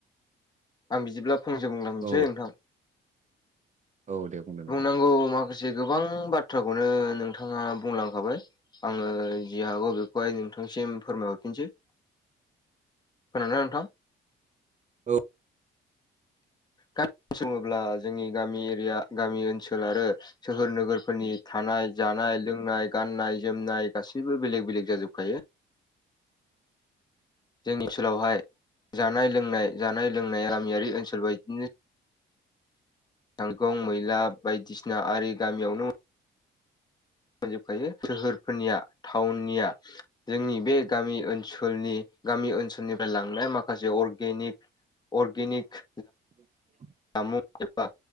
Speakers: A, on the left; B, on the right.
A: आं बिदिब्ला फंनैसो बुंलांनोसै
B: औ
A: नोंथां।
B: औ दे बुंदो नोंथां
A: बुंनांगौ माखासे गोबां बाथ्राखौनो नोंथाङा बुंलांखाबाय ओ जि हागौ बेखौहाय नोंथांसिम फोरमायहरफिनसै खोनादोना नोंथां
B: औ
A: गा <unintelligible> सोङोब्ला जोंनि गामि एरिया गामि ओनसोल आरो सोहोर नोगोर फोरनि थानाय जानाय लोंनाय गाननाय जोमनाय गासैबो बेलेग बेलेग जाजोबखायो। जोंनि ओनसोलावहाय जानाय लोंनाय जानाय लोंनाय गामियारि ओनसोल बायदिनो थाइगं मैला बायदिसिना आरि गामियावनो मोनजोबखायो सोहोरफोरनिया टाउननिया जोंनि बे गामि ओनसोलनि गामि ओनसोलनिफ्राय लांनाय माखासे अरगेनिक अरगेनिक
B: <inaudible>
A: जामुं एबा